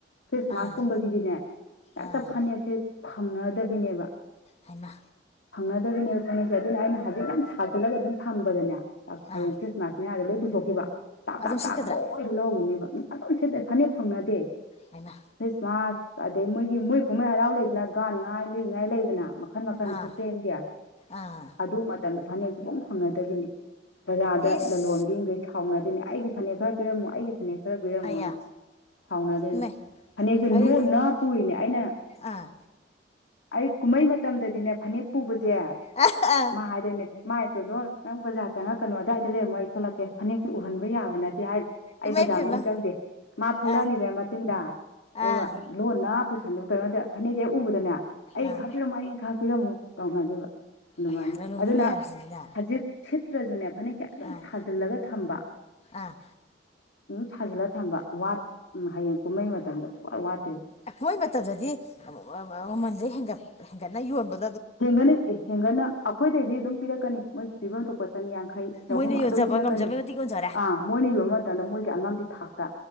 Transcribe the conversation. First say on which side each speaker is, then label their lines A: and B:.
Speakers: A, on the left; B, on the left.
A: ꯈ꯭ꯔꯤꯁꯃꯥꯁ
B: ꯑꯥ
A: ꯀꯨꯝꯕꯖꯤꯗꯤꯅꯦ ꯍꯦꯛꯇ
B: ꯑꯥ
A: ꯐꯅꯦꯛꯁꯦ ꯐꯪꯅꯗꯕꯤꯅꯦꯕ
B: ꯍꯩꯃ
A: ꯐꯪꯅꯗꯕꯤꯅꯦꯕ ꯐꯅꯦꯛꯁꯦ ꯑꯗꯨꯅ ꯑꯩꯅ ꯍꯧꯖꯤꯛ ꯀꯟ ꯁꯥꯒꯠꯂꯒ ꯑꯗꯨꯝ ꯊꯝꯕꯗꯅꯦ ꯍꯌꯦꯡ
B: ꯑꯥ
A: ꯈ꯭ꯔꯤꯁꯃꯥꯁ ꯃꯌꯥꯗ ꯂꯣꯏ ꯄꯨꯊꯣꯛꯈꯤꯕ ꯇꯥꯞ
B: ꯑꯗꯨꯝ
A: ꯇꯥꯞ
B: ꯁꯤꯠꯀꯗ꯭ꯔꯥ
A: ꯇꯥꯞ ꯂꯣꯏ ꯂꯧꯒꯤꯅꯤꯕ ꯑꯗꯨꯝ ꯁꯦꯠꯇꯦ ꯐꯅꯦꯛ ꯐꯪꯅꯗꯦ
B: ꯍꯩꯃꯥ
A: ꯈ꯭ꯔꯤꯁꯃꯥꯁ ꯑꯗꯩ ꯃꯣꯏꯒꯤ ꯃꯣꯏ ꯀꯨꯝꯍꯩ ꯍꯔꯥꯎ ꯂꯩꯗꯅ ꯒꯥꯟꯉꯥꯏ ꯂꯨꯏꯉꯥꯏ ꯂꯩꯗꯅ ꯃꯈꯟ ꯃꯈꯟ
B: ꯑꯥ
A: ꯈ꯭ꯔꯤꯁꯇꯦꯟꯒꯤ
B: ꯑꯥ
A: ꯑꯗꯨ ꯃꯇꯝꯗ ꯐꯅꯦꯛ ꯁꯨꯡꯐꯪ ꯐꯪꯅꯗꯕꯤꯅꯤ ꯕꯖꯥꯔꯗ
B: ꯏꯁ
A: ꯂꯂꯣꯟꯕꯤꯡꯒꯩ ꯁꯥꯎꯅ ꯗꯨꯅꯦ ꯑꯩꯒꯤ ꯐꯅꯦꯛ ꯈꯔ ꯄꯤꯔꯝꯃꯣ ꯑꯩꯒꯤ ꯐꯅꯦꯛ ꯈꯔ ꯄꯤꯔꯝꯃꯣꯅ
B: ꯑꯌꯥ
A: ꯁꯥꯎꯅꯗꯣꯏꯅꯦ
B: ꯏꯃꯥꯏ
A: ꯐꯅꯦꯛꯁꯦ
B: ꯑꯗꯨꯗꯤꯅꯤ
A: ꯂꯣꯟꯅ ꯄꯨꯔꯤꯅꯦ ꯑꯩꯅ
B: ꯑꯥ
A: ꯑꯩ ꯀꯨꯝꯍꯩ ꯃꯇꯝꯗꯗꯤꯅꯦ ꯐꯅꯦꯛ ꯄꯨꯕꯖꯦ
B: ꯑꯥ ꯑꯥ
A: ꯃꯥ ꯍꯥꯏꯗꯣꯏꯅꯦ ꯃꯥꯏ ꯇꯣꯟꯗꯣꯟ ꯅꯪ ꯕꯖꯥꯔ ꯆꯪꯉꯛꯀꯅꯨ ꯑꯗꯥꯏꯗ ꯂꯩꯔꯝꯃꯣ ꯑꯩ ꯊꯣꯂꯛꯀꯦ ꯐꯅꯛꯇꯨ ꯎꯍꯟꯕ ꯌꯥꯕ ꯅꯠꯇꯦ ꯍꯥꯏ ꯑꯩ
B: ꯏꯃꯥꯏ
A: ꯕꯖꯥꯔ
B: ꯄꯦꯝꯃ
A: ꯃꯅꯨꯡ ꯆꯪꯗꯦ ꯃꯥ ꯊꯣꯛꯂꯛꯑꯅꯤꯗꯅ
B: ꯑꯥ
A: ꯃꯆꯤꯟꯗ ꯑꯗꯨꯒ
B: ꯑꯥ
A: ꯂꯣꯟꯅ ꯄꯨꯁꯟꯂꯨ ꯀꯩꯅꯣꯗꯤ ꯐꯅꯦꯛꯁꯦ ꯍꯦꯛ ꯎꯕꯗꯅꯦ ꯑꯩ
B: ꯑꯥ
A: ꯈꯥꯛꯄꯤꯔꯝꯃꯣ ꯑꯩ ꯈꯥꯛꯄꯤꯔꯝꯃꯨ ꯇꯧꯅꯗꯣꯏꯕ ꯑꯗꯨꯃꯥꯏꯅ
B: ꯑꯌꯥ ꯂꯂꯣꯟꯕꯤ
A: ꯑꯗꯨꯅ
B: ꯃꯌꯥꯝꯁꯤꯡꯁꯤꯅ
A: ꯍꯖꯤꯛ ꯁꯤꯠꯇ꯭ꯔꯖꯨꯅꯦ ꯐꯅꯦꯛꯁꯦ ꯑꯗꯨꯝ
B: ꯑꯥ
A: ꯁꯥꯖꯜꯂꯒ ꯊꯝꯕ
B: ꯑꯥ
A: ꯑꯗꯨꯝ ꯁꯥꯖꯜꯂ ꯊꯝꯕ ꯋꯥꯠ ꯎꯝ ꯍꯌꯦꯡ ꯀꯨꯝꯃꯩ ꯃꯇꯝꯗ ꯁꯨꯋꯥ ꯋꯥꯠ
B: ꯑꯩꯈꯣꯏ ꯃꯇꯝꯗꯗꯤ ꯃꯃꯜꯗꯩ ꯍꯦꯟꯒꯠ ꯍꯦꯟꯒꯠꯅ ꯌꯣꯟꯕ
A: ꯍꯦꯟꯒꯠꯅ ꯑꯦ ꯍꯦꯟꯒꯠꯅ ꯑꯩꯈꯣꯏꯗꯩꯗꯤ ꯑꯗꯨꯝ ꯄꯤꯔꯛꯀꯅꯤ ꯃꯣꯏꯒꯤ ꯄꯤꯐꯝ ꯊꯣꯛꯄ ꯆꯅꯤ ꯌꯥꯡ ꯌꯥꯡꯈꯩ ꯆꯍꯨꯝ
B: ꯃꯣꯏꯅ ꯌꯣꯟꯖꯕ
A: ꯑꯗꯨꯝ ꯄꯤꯔꯛꯀꯅꯤ
B: ꯉꯝꯖꯕꯩ ꯃꯇꯤꯛ ꯌꯣꯟꯖꯔꯦ
A: ꯑꯥ ꯃꯣꯏꯅ ꯌꯣꯟꯕ ꯃꯇꯝꯗ ꯃꯣꯏꯒꯤ ꯑꯉꯝꯕꯤ ꯊꯥꯛ ꯇ